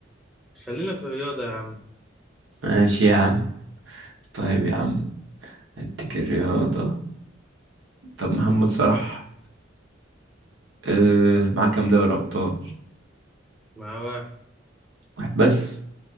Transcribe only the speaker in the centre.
خلينا في الرياضة يا عم
مع واحد